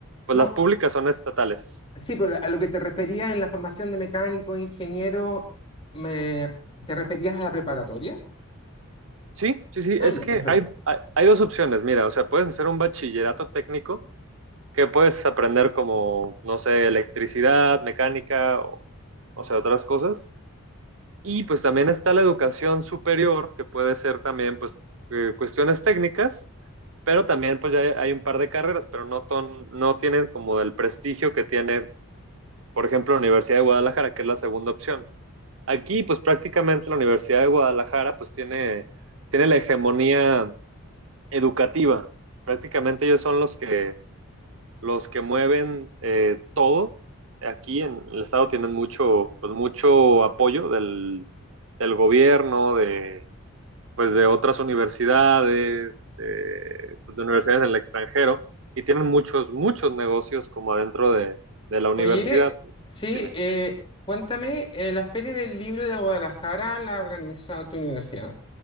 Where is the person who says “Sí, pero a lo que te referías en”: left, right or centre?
Left